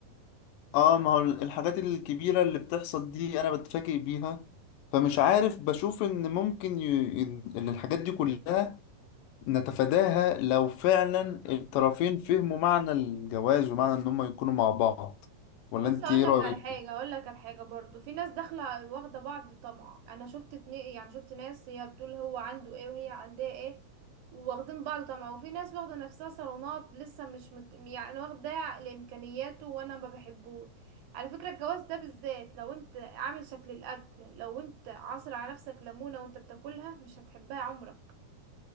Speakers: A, on the left; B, on the right.
A: اه ما هو الحاجات الكبيرة اللي بتحصل دي انا بتفاجئ بيها فمش عارف بشوف ان ممكن ي... إن الحاجات دي كلها نتفاداها لو فعلا الطرفين فهموا معنى الجواز ومعنى ان هم يكونوا مع بعض ولا
B: بص
A: انت
B: اقول
A: ايه
B: لك
A: رأيك؟
B: على حاجه اقول لك على حاجه برضو في ناس داخله واخده بعض طمع انا شفت اتنين يعني شفت ناس هي بتقول هو عنده ايه وهي عندها ايه واخدين بعض طمع وفي ناس واخده نفسها صالونات لسه مش مت... يعني واخده لامكانياته وانا ما بحبوش على فكره الجواز ده بالذات لو انت عامل شكل الاكل لو انت عاصر على نفسك ليمونه وانت بتاكلها مش هتحبها عمرك